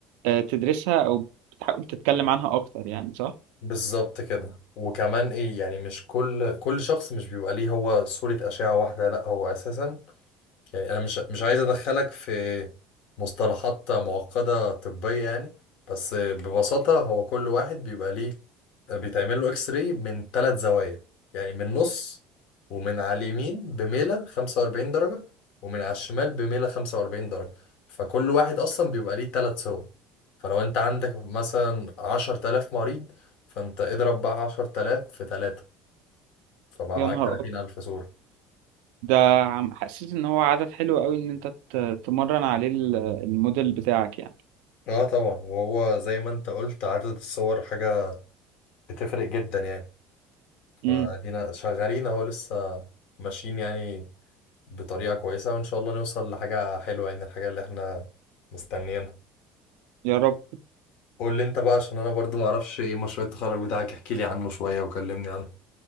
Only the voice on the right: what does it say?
آه، تدرسها او بتحاول تتكلم عنها اكتر يعني صح
يا
نهار
ابيض
ده عم- حسيت ان هو عدد حلو قوي ان انت ت- تمرن عليه ال- الموديل بتاعك يعني
امم
يا رب